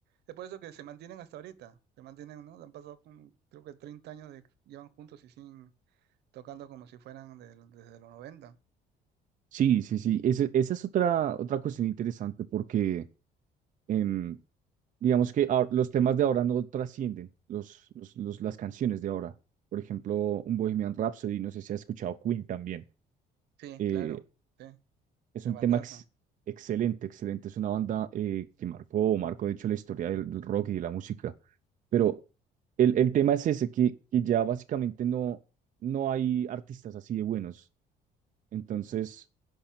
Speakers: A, on the right; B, on the right.
A: es por eso que se mantienen hasta ahorita, se mantienen, ¿no? Han pasado, con- creo que 30 años de, llevan juntos y sin tocando como si fueran del- desde los noventa
B: sí, sí, sí. Ese- esa es otra, otra cuestión interesante porque em, digamos que ahor- los temas de ahora no trascienden los, los, los- las canciones de ahora. Por ejemplo, un Bohemian Rhapsody, no sé si has escuchado Queen también.
A: Sí,
B: eh,
A: claro, sí,
B: Es
A: una
B: un
A: bandaza.
B: tema ex- excelente, excelente. Es una banda eh, que marcó, marcó de hecho la historia del, del rock y de la música. Pero el, el tema es ese, que, que ya básicamente no, no hay artistas así de buenos. Entonces,